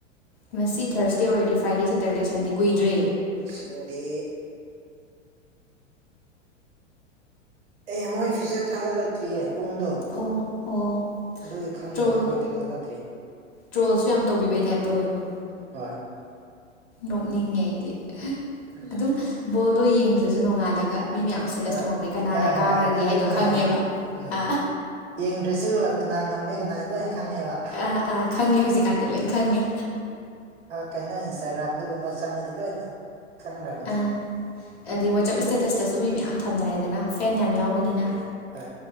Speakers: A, on the left (about 50°); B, on the right (about 65°).
A: ꯉꯁꯤ ꯊꯔꯁꯗꯦ ꯑꯣꯏꯔꯗꯤ ꯐ꯭ꯔꯥꯏꯗꯦ ꯁꯦꯇꯔꯗꯦ ꯁꯟꯗꯦ ꯀꯨꯏꯗ꯭ꯔꯦ
B: ꯁꯟꯗꯦ ꯑꯦ ꯃꯣꯏ ꯐꯤꯖꯠ ꯊꯥꯒꯠꯂꯛꯇ꯭ꯔꯤꯌꯦ ꯄꯨꯡꯗꯣ
A: ꯑꯣ ꯑꯣ
B: ꯑꯗꯨꯗꯤ ꯈꯪꯗ꯭ꯔꯦ
A: ꯇ꯭ꯔꯣꯜ
B: ꯃꯣꯏ ꯊꯥꯒꯠꯂꯛꯇ꯭ꯔꯤ
A: ꯇ꯭ꯔꯣꯜꯁꯨ ꯌꯥꯝ ꯇꯧꯕꯤꯕꯩ ꯇꯥꯏꯞ ꯇꯧꯋꯦꯀꯣ
B: ꯍꯣꯏ
A: ꯅꯣꯛꯅꯤꯡꯉꯦ ꯑꯩꯗꯤ
B: ꯎꯝ
A: ꯑꯗꯨꯝ ꯕꯣꯜꯗꯣ ꯌꯦꯡꯗ꯭ꯔꯁꯨ ꯅꯣꯡꯉꯥꯜꯂꯒ ꯃꯤ ꯃꯌꯥꯝ ꯁꯤꯗ
B: ꯍꯣꯏ
A: ꯊꯝꯃꯛꯄꯩ ꯀꯅꯥꯅ
B: ꯍꯣꯏ ꯍꯣꯏ
A: ꯀꯥꯈ꯭ꯔꯒꯦ
B: ꯍꯣꯏ ꯑꯗꯨ
A: ꯍꯥꯏꯗꯣ
B: ꯅꯨꯡꯉꯥꯏꯕꯅꯤ
A: ꯈꯪꯉꯦꯕ
B: ꯎꯝ
A: ꯑ
B: ꯌꯦꯡꯗ꯭ꯔꯁꯨ ꯀꯅꯥ ꯉꯝꯃꯦ ꯀꯅꯥꯅ ꯂꯣꯏꯅ ꯈꯪꯉꯦꯕ
A: ꯑꯥ ꯑꯥ ꯈꯪꯉꯦ ꯍꯧꯖꯤꯛꯀꯥꯟꯗꯤ ꯂꯣꯏ ꯈꯪꯉꯦ
B: ꯀꯩꯅꯣ ꯏꯟꯁꯇꯥꯒ꯭ꯔꯥꯝꯗꯒꯨꯝꯕ ꯆꯪꯉꯗꯤ ꯂꯣꯏꯅ ꯈꯪꯈ꯭ꯔꯕꯅꯤ
A: ꯑ ꯑꯗꯩ ꯋꯥꯆꯞ ꯏꯁꯇꯦꯇꯁꯇꯁꯨ ꯃꯤ ꯃꯌꯥꯝ ꯊꯝꯅꯔꯦꯗꯅ ꯐꯦꯟ ꯌꯥꯝ ꯌꯥꯎꯕꯅꯤꯅ
B: ꯍ